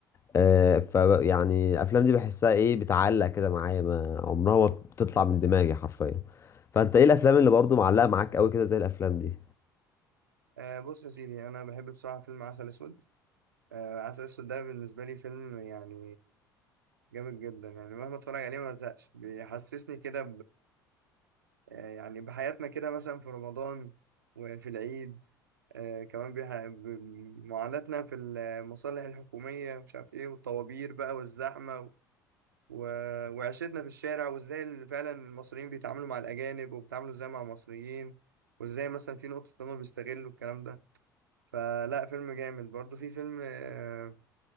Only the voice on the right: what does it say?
آه بص يا سيدي أنا بحب بصراحة فيلم عسل أسود آه عسل أسود ده بالنسبة لي فيلم يعني جامد جدا يعني مهما اتفرج عليه ما زهقش بيحسسني كده آه، يعني بحياتنا كده مثلا في رمضان وفي العيد آه، كمان بح- بمعاناتنا في المصالح الحكومية مش عارف ايه والطوابير بقى والزحمة و... وعيشتنا في الشارع وازاي ال- فعلا المصريين بيتعاملوا مع الأجانب وبيتعاملوا ازاي مع المصريين وازاي مثلا في نقطة إن هما بيستغلوا الكلام ده فلا فيلم جامد برضه في فيلم آه،